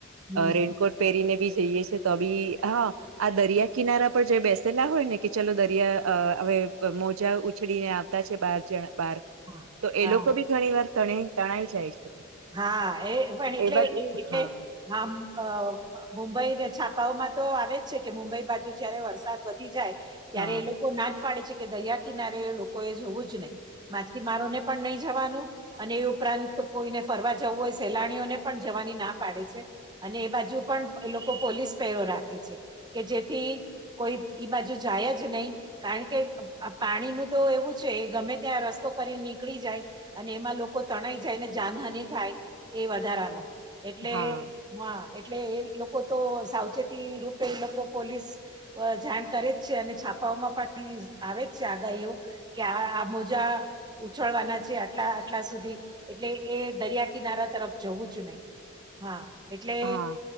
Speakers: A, on the right (about 20°); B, on the right (about 80°).
A: હમ
B: રેનકોટ પહેરીને બી જઈએ છે તો બી હા આ દરિયા કિનારા પર જે બેસેલા હોય ને કે ચલો દરિયા હવે મોજા ઉછળીને છે બાર જણ બાર
A: હા
B: તો
A: હા.
B: એ લોકો ઘણી વાર તણા તણાઈ જાય છે.
A: હા એ પણ એટલે
B: એવા જ
A: એ એટલે
B: હા
A: હ મુંબઈને છાપાઓમાં તો આવે જ છે કે મુંબઈ બાજુ જયારે વરસાદ વધી જાય ત્યારે
B: હા
A: એ લોકો ના જ પાડે છે કે દરિયા કિનારે લોકો એ જવું જ નહીં. માછીમારોને પણ નહી જવાનું અને એ ઉપરાંત કોઈને ફરવા જવું હોય સેલાણીઓને પણ જવાની ના પાડે છે. અને એ બાજુ પણ એ લોકો પોલીસ પહેરો રાખે છે કે જેથી કોઈ ઈ બાજુ જાય જ નય. કારણ કે પાણીનું તો એવું છે ગમે ત્યાં રસ્તો કરી નીકળી જાય. અને એમાં લોકો તણાઈ જાય ને જાનહાની થાય એ વધારાનો એટલે
B: હા
A: હા એટલે એ લોકો તો સાવચેતી રૂપે એ લોકો પોલીસ જાણ કરે જ છે અને છાપાઓમાં પણ આવે જ છે આગાહીઓ કે આ આ મોજા ઉછળવાના છે આટલા આટલા સુધી એટલે એ દરિયા કિનારા તરફ જવું છું નહી હા એટલે
B: હા